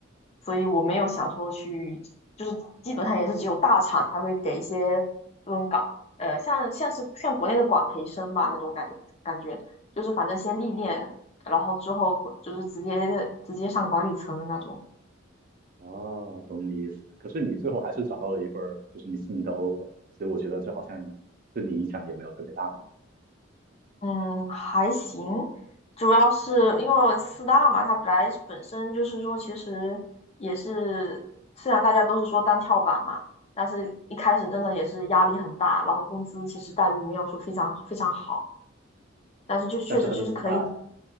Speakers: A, on the left; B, on the right.
A: 所以我没有想说去，就是基本上也是只有大厂才会给一些这种岗。呃，像像是像国内的管培生吧那种感觉，感觉就是反正先历练，然后之后就是直接直接上管理层的那种。
B: 啊，懂你意思。可是你最后还是找到了一份儿就是你心仪的 offer，所以我觉得这好像对你影响也没有特别大嘛。
A: 嗯，还行，主要是因为四大嘛，它本来本身就是说，其实也是虽然大家都是说当跳板嘛，但是一开始真的也是压力很大，然后工资其实待遇没有说非常非常好，但是就确实就是可以
B: 但是它是四大呀，